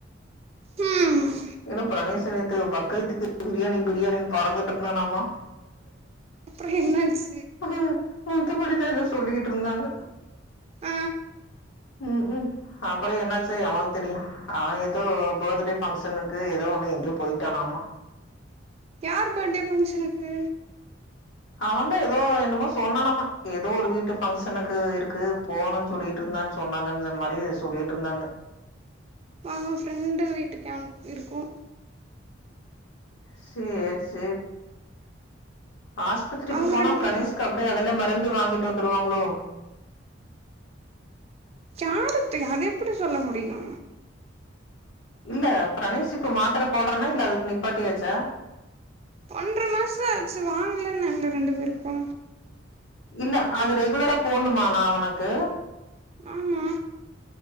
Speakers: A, on the right; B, on the left.
A: ம்
B: ஏனா பிரனேஷு நேத் து பக்ரீத்துக்கு பிரியாணி பிரியாணின் பறந்துட் இருந்தானாமா
A: அப்ற என்னாச்
B: அஹ மத்தபடிதா எதோ சொல்லிக்கிட் இருந்தாங்க
A: ஆ
B: ம் ம் அப்ற என்னாசி எவனுக்கு தெரியு அவ ஏதோ பாத்துடே ஃபங்க்ஷனுக்கு ஏதோ ஒண்ணு எங்கேயோ போய்ட்டானாமா
A: யார் படே ஃபங்க்ஷனுக்கு
B: அவதா ஏதோ என்னமோ சொன்னானாமா ஏதோ ஒரு வீட்டு ஃபங்க்ஷனுக்கு இருக்கு போனுன் சொல்லிட்ருந்தான் சொன்னாங்கன் சொன்ன மாரி சொல்லிட்ருந்தாங்க
A: நாங்க ஃப்ரெண்டு வீட்டுக்கு அன்ப்பிருக்கோ
B: சேர் சேர் ஆஸ்பத்திரிக்கு
A: அவங்க
B: போனா
A: ரெண்டு
B: பிரனேஷ்கு
A: பேரு
B: அப்டியே அதெல்லா மருந்து வாங்கி வந்துரு வாங்ளோ
A: யாருத்து அது எப்டி சொல்ல முடியு
B: இல்ல பிரனேஷ் இப்ப மாத்திர போடுறனா இல்ல அதுக்கு நிப்பாட்டியாச்சா
A: ஒன்ற மாச ஆச்சி வாங்கலன் இல்ல ரெண்டு பேருக்கு
B: இல்ல அது ரெகுலரா போனுமா நா அவனக்கு
A: ஆமா